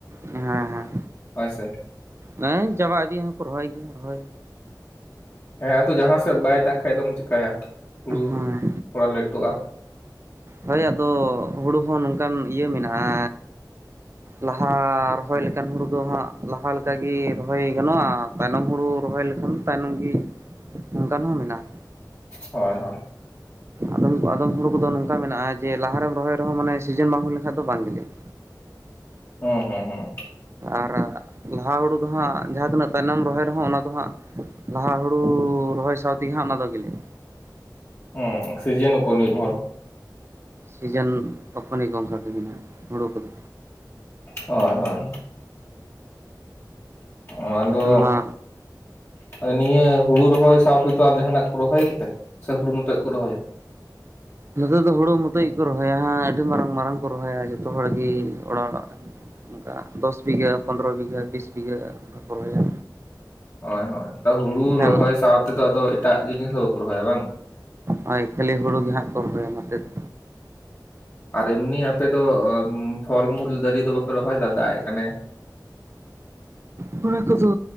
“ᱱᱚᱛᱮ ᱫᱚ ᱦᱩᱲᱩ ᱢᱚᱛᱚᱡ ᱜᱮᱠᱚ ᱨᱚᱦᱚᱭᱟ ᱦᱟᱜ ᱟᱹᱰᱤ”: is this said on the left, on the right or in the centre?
Right